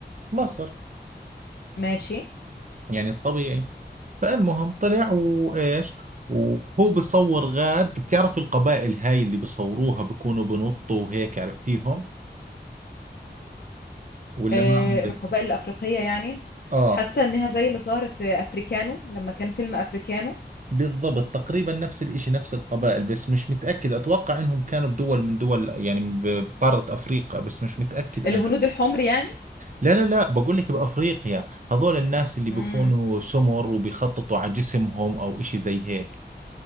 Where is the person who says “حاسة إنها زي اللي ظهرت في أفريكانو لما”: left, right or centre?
Left